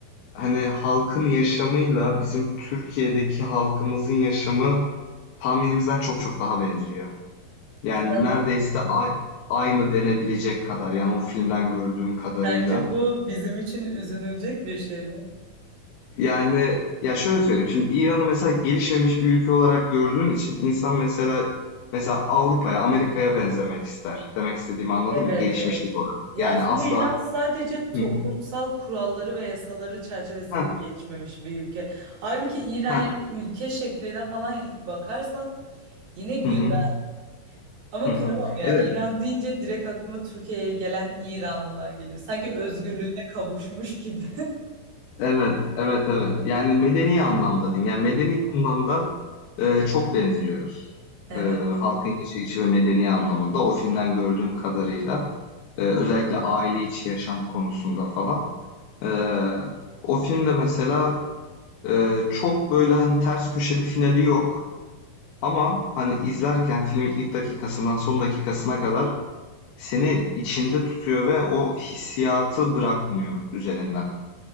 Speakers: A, on the left; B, on the right.
A: hani halkın yaşamıyla bizim Türkiye'deki halkımızın yaşamı tahminimizden çok çok daha benziyor. Yani
B: İnan
A: neredeyse ay- aynı denebilecek kadar yani o filmden gördüğüm kadarıyla.
B: bence bu bizim için üzünülecek bir şey mi?
A: Yani ya şöyle söyleyeyim şimdi İran'ı mesela gelişmemiş bir ülke olarak gördüğün için insan mesela mesela Avrupa'ya, Amerika'ya benzemek ister. Demek istediğimi anladın
B: Evet,
A: mı? Gelişmişlik
B: evet.
A: olarak.
B: Ya
A: Yani
B: aslında
A: asla
B: İran sadece toplumsal
A: Hı hı.
B: kuralları ve yasaları çerçevesinde
A: Heh,
B: gelişmemiş bir ülke. Halbuki İran
A: heh,
B: yani ülke şekline falan bakarsan yine güzel.
A: hı hı,
B: Ama
A: hı hı.
B: kıyamam ya.
A: Evet.
B: İran deyince direkt aklıma Türkiye'ye gelen İranlılar geliyor. Sanki özgürlüğüne kavuşmuş gibi. <laughs>
A: Evet, evet, evet. Yani medeni anlamda diyeyim. Yani medeni anlamda e, çok benziyoruz.
B: Evet,
A: E, halkın yaşayışı ve medeni anlamında o filmden gördüğüm kadarıyla e, özellikle aile içi yaşam konusunda falan. E, o filmde mesela e, çok böyle hani ters köşe bir finali yok. Ama hani izlerken filmin ilk dakikasından son dakikasına kadar seni içinde tutuyor ve o hissiyatı bırakmıyor üzerinden.